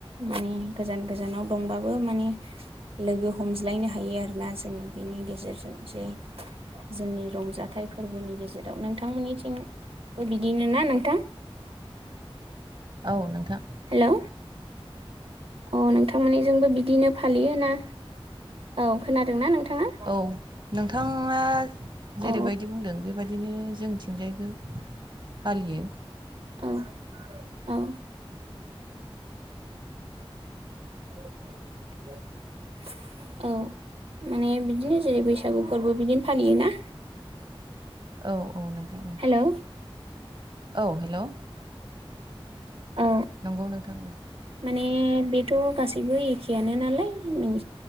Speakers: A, on the right (about 70°); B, on the right (about 50°).
A: माने गोजान गोजानाव दंबाबो माने लोगो हमज्लायनो हायो आरोना जोङो बेनि गेजेरजों जे जोंनि रंजाथाइ फोरबोनि गेजेराव नोंथांमोननिथिंबो बिदिनो ना नोंथां
B: औ नोंथां
A: हेलौ औ नोंथांमोननिजोंबो बिदिनो फालियो ना औ खोनादोंना नोंथाङा?
B: औ नोंथाङा जेरैबायदि
A: औ
B: बुंदों बेबा यदिनो जोंथिंजायबो फालियो
A: औ औ <inaudible> औ माने बिदिनो जेरै बैसागु फोरबो बिदिनो फालियोना
B: औ औ नोंथां औ
A: हेलौ
B: औ हेलौ
A: औ
B: नंगौ नोंथां उम
A: माने बेथ' गासैबो एखेआनो नालाय नों